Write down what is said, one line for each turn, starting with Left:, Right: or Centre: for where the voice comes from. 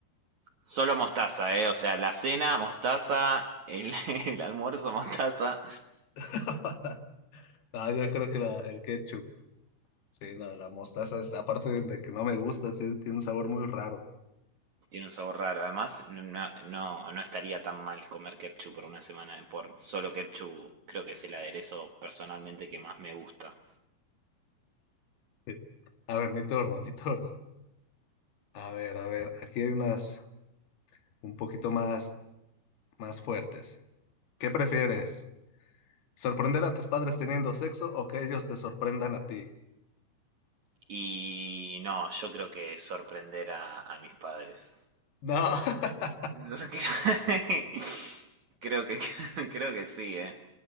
Right: Solo mostaza, ¿eh? O sea, la cena, mostaza, el, <laughs> el almuerzo, mostaza.
Left: <laughs> No, yo creo que la- el ketchup, sí, no, la mostaza, es- aparte de que no me gusta, sí, tiene un sabor muy raro.
Right: Tiene un sabor raro. Además, no, no, no no estaría tan mal comer ketchup por una semana. eh, Por solo ketchup, creo que es el aderezo personalmente que más me gusta.
Left: Sí. A ver, mi turno, mi turno. A ver, a ver, aquí hay unas un poquito más, más fuertes. ¿Qué prefieres? ¿Sorprender a tus padres teniendo sexo o que ellos te sorprendan a ti?
Right: Y no, yo creo que sorprender a, a mis padres.
Left: No, <laughs>
Right: <laughs> creo que <laughs> creo que sí, eh.